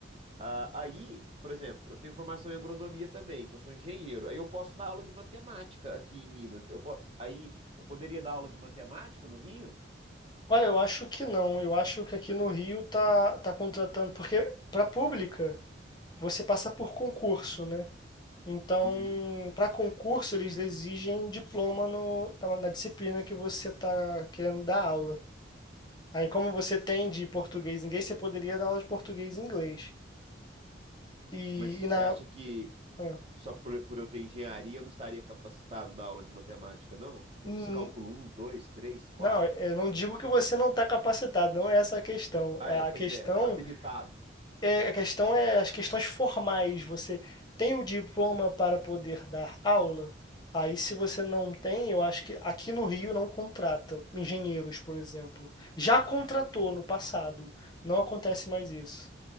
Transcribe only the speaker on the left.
Olha, eu acho que não. Eu acho que aqui no Rio tá tá contratando porque para pública, você passa por concurso, né. Então,
para concurso, eles exigem diploma no na na disciplina que você tá querendo dar aula. Aí, como você tem de português e inglês, você poderia dar aula de português e inglês. E
e na
hã.
Hum,
não, eu não digo que você não está capacitado, não é essa a questão.
É,
a
questão
É, a questão é as questões formais. Você tem o diploma para poder dar aula? Aí, se você não tem, eu acho que aqui no Rio não contrata engenheiros, por exemplo. Já contratou
no passado. Não acontece mais isso.